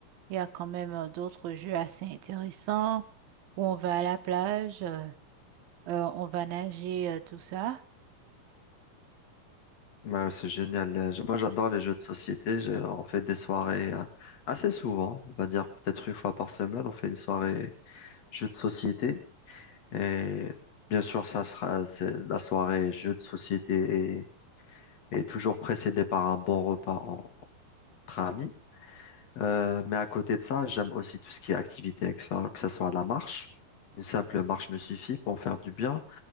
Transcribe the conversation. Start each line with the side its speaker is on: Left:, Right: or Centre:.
Right: il y a quand même euh, d'autres jeux assez intéressants où on va à la plage, euh, euh, on va nager, euh, tout ça.
Left: Ouais, c'est génial. les jeux- Moi, j'adore les jeux de société. J'ai- On fait des soirées euh, assez souvent. On va dire peut-être une fois par semaine. On fait une soirée jeux de société. Et bien sûr, ça sera c'est la soirée jeux de société et toujours précédé par un bon repas en- entre amis. Euh, mais à côté de ça, j'aime aussi tout ce qui est activité extérieure, que ce soit la marche. Une simple marche me suffit pour faire du bien,